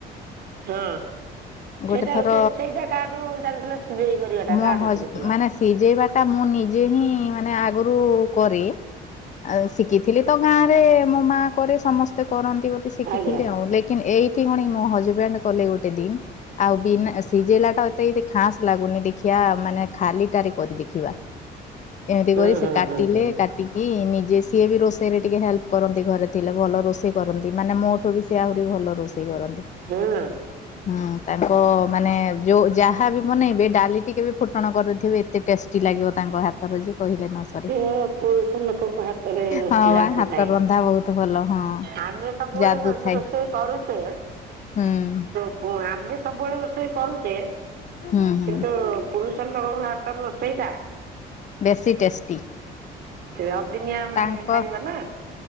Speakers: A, on the right (about 65°); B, on the left (about 45°).
A: ହଁ ସେଇଟା
B: ଗୋଟେ ଥର
A: ସେଇଟା କାହାଠୁ ଜାଣିଥିଲ ସିଝେଇ କରିବାଟା
B: ମୋ
A: କାହାଠୁ
B: ହଜ
A: ଶିଖିଥିଲ?
B: ମାନେ ସିଝେଇବା ଟା ମୁଁ ନିଜେ ହିଁ ମାନେ ଆଗରୁ କରେ। ଆଉ ଶିଖିଥିଲି ତ ଗାଁ ରେ ମୋ ମା କରେ ସମ ସ୍ତେ କରନ୍ତି ବୋଲି ଶିଖିଥିଲି
A: ଆଜ୍ଞା
B: ଆଉ ଲେକିନ ଏଇଠି ପୁଣି ମୋ ହଜବେଣ୍ଡ କଲେ ଗୋଟେ ଦିନ। ଆଉ ବିନା ସିଝେଇଲା ଟା ଏତେ ଖାସ ଲାଗୁନି ଦେଖିବା ମାନେ। ଖାଲିଟାରେ କରି ଦେଖିବା ଏମିତି
A: ହୁଁ
B: କରି
A: ହୁଁ
B: ସେ କାଟିଲେ
A: ହୁଁ ହୁଁ
B: କା ଟିକି ନିଜେ ସିଏ ବି ରୋଷେଇରେ ଟିକେ ହେଲ୍ପ କରନ୍ତି ଘରେ ଥିଲେ ଭଲ ରୋଷେଇ କରନ୍ତି ମାନେ ମୋଠୁ ବି। ସେ ଆହୁରି ଭଲ ରୋଷେଇ କରନ୍ତି।
A: ହଁ।
B: ହଁ। ତାଙ୍କ ମାନେ ଯେଉଁ ଯାହାବ ବନେଇବେ ଡାଲି ଟିକେ ବି ଫୁଟଣ କରିଦେଇଥିବେ ଏତେ ଟେଷ୍ଟି ଲାଗିବ ତାଙ୍କ ହାତ। ର ଯେ କହିଲେ ନ ସରେ
A: ସେ ପୁରୁଷ ଲୋକଙ୍କ ହାତରେ
B: ହଁ
A: ଯାଦୁଥାଏ
B: ବା ହାତ ରନ୍ଧା ବହୁତ ଭଲ ହଁ।
A: ଆମେ। ସବୁବେଳେ
B: ଯାଦୁ ଥାଏ
A: ରୋଷେଇ କରୁଛେ।
B: ହୁଁ।
A: ହୁଁ ଆମେ ସବୁବେଳେ ରୋଷେଇ କରୁଛେ
B: ହୁଁ ହୁଁ
A: କିନ୍ତୁ। ପୁରୁଷର ଲୋକଙ୍କ ହାତରେ ରୋଷେଇଟା।
B: ବେଶୀ ଟେଷ୍ଟ।
A: ଅବଦିନିଆ ଆମେ
B: ତାଙ୍କ
A: ଖାଇବା ନା।